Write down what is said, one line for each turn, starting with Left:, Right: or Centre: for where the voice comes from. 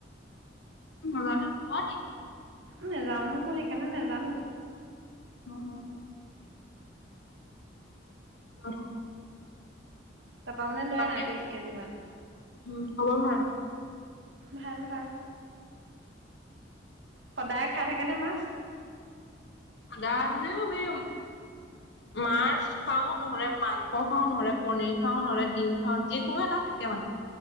Left: বজাৰলৈ নোযোৱা নি?
Right: নেযাওঁ নহয় মই সেইকাৰণে নেজানো।
Left: নহয়। আৰু
Right: তাৰাপা মানে লৈ
Left: বাকী
Right: আনা ত্ৰিশ কেজি মান।
Left: উম খবৰ ভাল?
Right: ভাল ভাল। সদায় খাই থাকে নে মাছ?
Left: সদায় মানে আমি মাছ খাও নহলে মাংস খাও নহলে, পনীৰ খাও, নহলে ডিম খাওঁ যি কোনো এটা থাকে মানে।